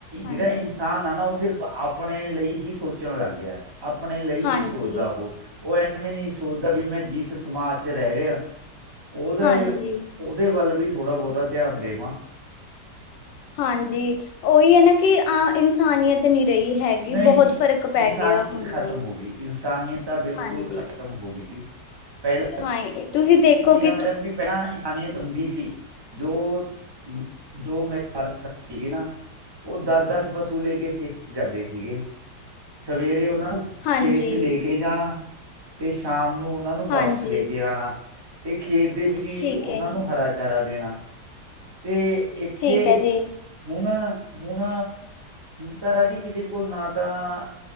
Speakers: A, on the right; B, on the left.
A: ਜਿਹੜਾ
B: ਹਾਂਜੀ
A: ਇਨਸਾਨ ਆ ਨਾ ਉਹ ਸਿਰਫ ਆਪਣੇ ਲਈ ਹੀ ਸੋਚਣ ਲੱਗ ਗਿਆ ਆਪਣੇ ਲਈ
B: ਹਾਂਜੀ
A: ਹੀ ਸੋਚਦਾ ਉਹ ਉਹ ਐਵੇਂ ਨਹੀਂ ਸੋਚਦਾ ਵੀ ਮੈਂ ਜਿਸ ਸਮਾਜ ਚ ਰਹਿ ਰਿਹਾ ਉਹਦੇ
B: ਹਾਂਜੀ
A: ਉਹਦੇ ਵੱਲ ਵੀ ਥੋੜਾ ਬਹੁਤਾ ਧਿਆਨ ਦੇਵਾਂ
B: ਹਾਂਜੀ ਉਹੀ ਹ ਨਾ ਕਿ ਇਨਸਾਨੀਅਤ ਨੀ ਰਹੀ ਹੈਗੀ
A: ਨਹੀਂ
B: ਬਹੁਤ ਫਰਕ ਪੈ
A: ਇਨਸਾਨੀਅਤ
B: ਗਿਆ ਹੁਣ
A: ਖਤਮ
B: ਟਾਈਮ
A: ਹੋ ਗਈ ਇਨਸਾਨੀਅਤ ਤਾਂ ਬਿਲਕੁਲ
B: ਤੇ
A: ਖਤਮ ਹੋ ਗਈ ਪਹਿਲਾਂ
B: ਹਾਂ ਦੇਖੋ
A: ਸੀਗਾ
B: ਕਿ
A: ਮੈਡਮ
B: ਤੁ-
A: ਜੀ ਪਹਿਲਾਂ ਇਨਸਾਨੀਅਤ ਹੁੰਦੀ ਸੀ ਜੋ ਜੋ ਜਿਮੀਦਾਰ ਸੀ ਉਹ ਉਹ ਦਸ-ਦਸ ਪਸੂ ਤੂੰ ਲੈ ਕੇ ਜਾਂਦੀ ਸੀਗੇ ਸਵੇਰੇ ਉਹਨਾਂ ਨੂੰ
B: ਹਾਂਜੀ
A: ਖੇਤ ਚ ਲੇ ਇਹ ਜਾਣਾ ਤੇ ਸ਼ਾਮ ਨੂੰ ਉਹਨਾਂ ਨੂੰ ਵਾਪਸ
B: ਹਾਂਜੀ
A: ਲੈ ਕੇ ਆਉਣਾ ਤੇ ਖੇਤ ਦੇ ਵਿੱਚ ਹੀ
B: ਠੀਕ
A: ਉਹਨਾਂ
B: ਹੈ ਜੀ
A: ਨੂੰ ਹਰਾ ਚਾਰਾ ਦੇਣਾ ਤੇ ਇੱਥੇ
B: ਠੀਕ ਹੈ ਜੀ
A: ਹੁਣ ਹੁਣ ਤ ਰਾਾਜੀ ਕਿਸੇ ਕੋਲ ਨਾ ਤਾਂ